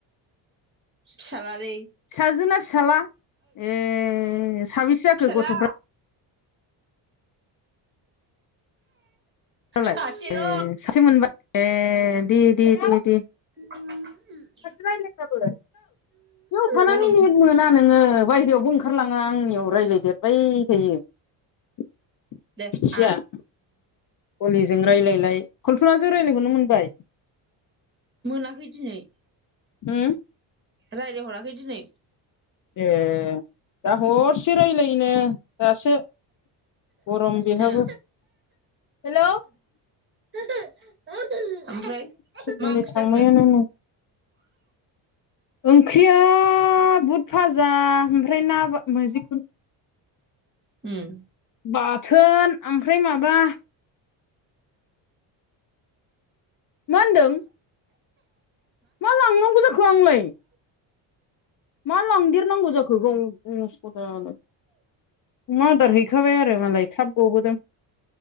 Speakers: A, on the right; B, on the left.
A: फिसाला लै।
B: फिसाजो ना फिसाला? ए साबेसे जाखो
A: फिसाला
B: गथ'फ्रा? नालाय
A: सासेल'
B: ए सासे मोनबाय ए दे दे दे दे।
A: <inaudible>
B: माथो रायलायाबो बेव थानाने
A: गलम
B: मोना नोङो बायह्रायावबो ओंखारलाङा आंनियाव रायलायदेर बाय थायो। <inaudible>
A: दे
B: फिथिया
A: आइ
B: <inaudible> हलिजों रायजलायलाय कल्पना जों रायज्लायहरनो मोनबाय?
A: मोनाखै दिनै।
B: होम।
A: रायलायहराखै दिनै?
B: ए दा हर से रायज्लायो नो दासो गरम बेहाबो।
A: ओं
B: हेलौ।
A: होहो ओहोम ओमफ्राय
B: थिनालि
A: मा ओंख्रि
B: थांबायानो
A: जाखो।
B: नै ओंख्रिया बुद फाजा ओमफ्राय ना मजिखुन।
A: उम
B: बाथोन ओमफ्राय माबा मा होनदों? मा लांनांगौ जाखो आंलाय। मा लांदेरनांगौ जाखो गावनो असदालाय अमा आदार हैखाबाय आरो मालाय थाब गबोदों।